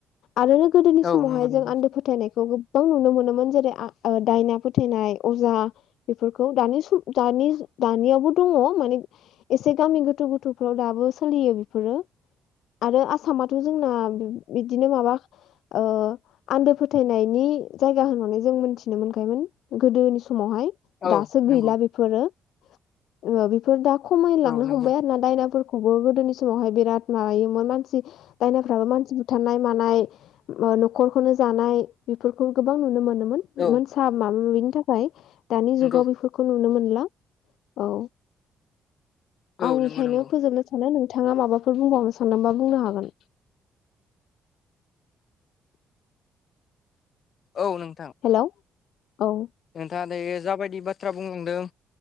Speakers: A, on the left; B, on the left.
A: आरो गोदोनि
B: औ
A: समावहाय
B: नंगौ नंगौ
A: जों आन्दो फोथायनायखौ गोबां नुनो मोनोमोन जेरै आ ओ दायना फ फोथैनाय अजा बेफोरखौ दानि सम दानि दानि दानियावबो दङ माने एसे गामि गोथौ गोथौफोराव दाबो सोलियो बेफोरो आरो आसामाथ' जोंना बिदिनो माबा ओ आन्दो फोथायनायनि जायगा होननानै जों मोनथिनो मोनखायमोन गोदोनि समावहाय
B: औ
A: दासो गैला
B: नंगौ
A: बेफोरो ओ बेफोर दा खमायलांनो
B: औ नंगौ
A: हमबाय आरो दायनाफोरखौबो गोदोनि स समावहाय बिराद माबायोमोन मानसि दायनाफ्राबो मानसि बुथारनाय मानाय न'खरखौनो जानाय बेफोरखौ गोबां नुनो मोनोमोन
B: औ
A: मोनसा माबा माबिनि थाखाय दानि
B: नंगौ
A: जुगाव बे खौ नुनो मोनला औ
B: औ
A: आंनिखायनो
B: नंगौ नंगौ
A: फोजोबनो सानो नों बिथाङा माबाफोर बुंबावनो सानदोंबा बुंनो हागोन
B: औ नों
A: हेलौ औ
B: नोंथाङा दायो जाबायदि बाथ्रा बुंलांदों